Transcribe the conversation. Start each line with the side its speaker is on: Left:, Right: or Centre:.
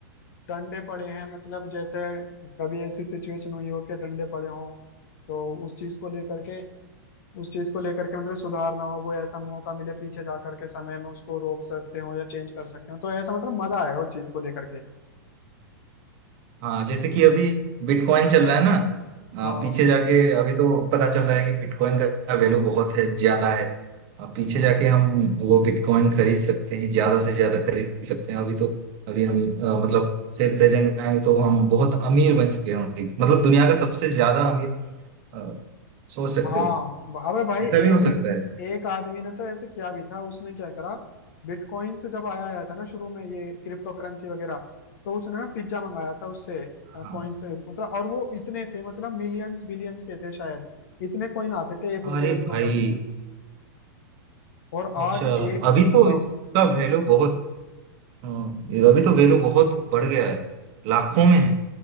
Left: डंडे पड़े हैं मतलब जैसे कभी ऐसी सिचुएशन हुई हो कि डंडे पड़े हों तो उस चीज को लेकर के उस चीज को लेकर के मतलब सुधारना हो कोई ऐसा मौका मिले पीछे जा करके समय में उसको रोक सकते हो या चेंज कर सकते हो तो ऐसा मतलब मजा आएगा उस चीज को लेकर के
Right: हाँ जैसे कि अभी बिटकॉइन चल रहा है ना आ,
Left: हाँ
Right: पीछे जाके अभी तो पता चल रहा है कि बिटकॉइन का वैल्यू बहुत है ज्यादा है आ, पीछे जाके हम वो बिटकॉइन खरीद सकते हैं ज्यादा से ज्यादा खरीद सकते हैं अभी तो अभी हम आ, मतलब फिर प्रेजेंट में आएंगे तो हम बहुत अमीर बन चुके होंगे मतलब दुनिया का सबसे ज्यादा अमीर आ, सोच सकते
Left: हाँ
Right: हो
Left: अबे भाई
Right: ऐसा
Left: एक
Right: भी हो सकता है
Left: एक आदमी ने तो ऐसे किया भी था उसने क्या करा बिटकॉइन से जब आया आया था ना शुरू में ये क्रिप्टो करेंसी वगैरह तो उसने ना पिज्जा मंगाया था उससे
Right: हाँ
Left: कॉइन से मतलब और वो इतने थे मतलब मिलियंस बिलियंस के थे शायद इतने कॉइन आते थे एक रुपए
Right: अरे
Left: एक डॉलर
Right: भाई
Left: में और
Right: अच्छा
Left: आज एक
Right: अभी तो
Left: हाँ
Right: इसका वैल्यू बहुत हाँ, अभी तो वैल्यू बहुत बढ़ गया है लाखों में है